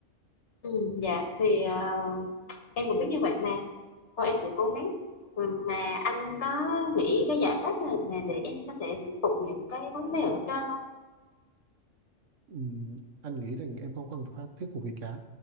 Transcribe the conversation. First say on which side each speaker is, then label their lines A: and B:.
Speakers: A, on the left; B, on the right.
A: ừ, dạ thì ờ, em cũng biết như vậy mà Thôi em sẽ cố gắng. Ừ, Mà anh có nghĩ cái giải pháp này mà để em có thể khắc phục những cái vấn đề ở trên không?
B: Ừm, anh nghĩ rằng em không cần phải thuyết phục gì cả